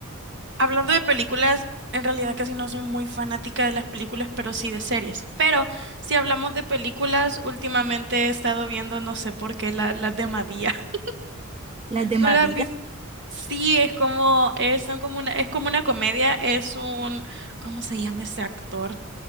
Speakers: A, on the right; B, on the right.
A: hablando de películas, en realidad casi no soy muy fanática de las películas, pero sí de series. Pero si hablamos de películas, últimamente he estado viendo, no sé por qué, la- las de Madía. <laughs>
B: Las de
A: ¿No
B: Matías,
A: las has visto? Sí, es como, es, son como una, es como una comedia, es un, ¿cómo se llama ese actor?